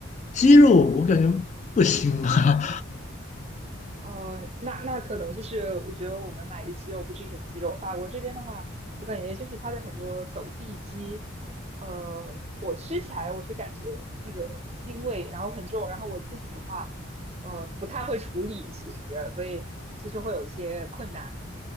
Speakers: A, on the left; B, on the right.
A: 鸡肉我感觉不腥吧。
B: 呃，那那可能就是我觉得我们买的鸡肉不是一种鸡肉。法国这边的话，我感觉就是它的很多走地鸡，呃，我吃起来我是感觉那个腥味，然后很重。然后我自己的话，呃，不太会处理，其实，所以就是会有一些困难。